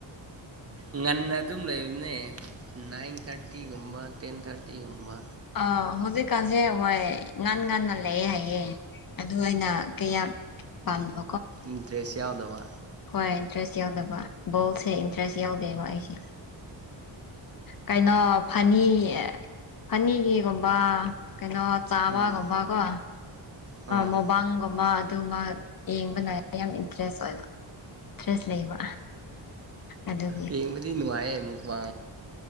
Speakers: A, on the right (about 30°); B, on the left (about 45°).
A: ꯉꯟꯅ ꯑꯗꯨꯝ ꯂꯩꯕꯅꯦ ꯅꯥꯏꯟ ꯊꯥꯔꯇꯤꯒꯨꯝꯕ ꯇꯦꯟ ꯊꯥꯔꯇꯤꯒꯨꯝꯕ
B: ꯑꯥ ꯍꯧꯖꯤꯛꯀꯥꯟꯁꯦ ꯍꯣꯏ ꯉꯥꯟ ꯉꯟꯅ ꯂꯩꯑꯦ ꯍꯥꯏꯌꯦꯦ ꯑꯗꯨꯅ ꯀꯌꯥ ꯄꯥꯝꯗ
A: ꯏ ꯇ꯭ꯔꯦꯁꯤ ꯌꯥꯎꯗꯕ
B: ꯍꯣꯏ ꯏꯟꯇꯔꯦꯁ ꯌꯥꯎꯗꯕ ꯕꯣꯜꯁꯦ ꯏꯟꯇꯔꯦꯁ ꯌꯥꯎꯗꯦꯕ ꯑꯩꯁꯦ ꯀꯩꯅꯣ ꯐꯅꯤ ꯐꯅꯤꯒꯤꯒꯨꯝꯕ ꯀꯩꯅꯣ ꯆꯥꯕꯒꯨꯝꯕ
A: ꯎꯝ
B: ꯀꯣ
A: ꯑꯥ
B: ꯃꯕꯥꯟꯒꯨꯝꯕ ꯑꯗꯨꯒꯨꯝꯕ ꯌꯦꯡꯕ ꯅꯥꯏ ꯌꯥꯝ ꯏꯟꯇꯔꯦꯁ ꯑꯣꯏꯕ ꯏꯟꯇꯔꯦꯁ ꯂꯩꯕ ꯑꯗꯨꯒꯤ
A: ꯑꯩꯕꯗꯤ ꯅꯅꯨꯡꯉꯥꯏꯦ ꯃꯨꯛ ꯋꯥ